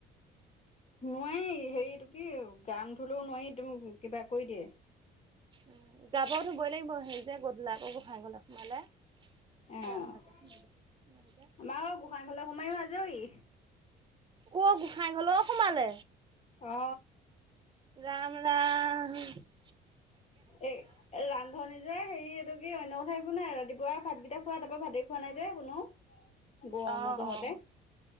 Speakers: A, on the left; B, on the right.
A: নোৱাৰি হেৰিটো কি গান ধলেও নোৱাৰি তুমি কিবা কৰি দিয়ে।
B: উম যাবতো বই লাগিব হেৰি যে গধূল আকৌ গোঁসাই ঘৰত সোমালে।
A: আহ
B: গা নোধোৱাকে সোমাব নোৱাৰি যে
A: আমাৰ গোঁসাই ঘৰলে সোমাই আজৰি।
B: অ গোঁসাই ঘৰলো সোমালে,
A: অ
B: ৰাম ৰাম। উম।
A: এ এ ৰান্ধনীৰ- এ হেৰি এইটো কি অন্য কথাই একো নাই ৰাতিপুৱা ভাতকেইটা খোৱা তাৰপা ভাতে খোৱা নাই যে কোনো। গৰমৰ
B: অ অ
A: জহতে,
B: অ